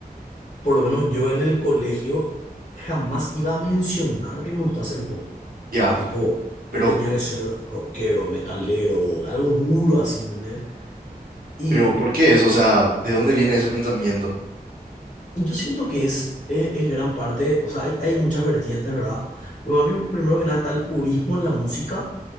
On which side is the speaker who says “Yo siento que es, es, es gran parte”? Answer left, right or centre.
Left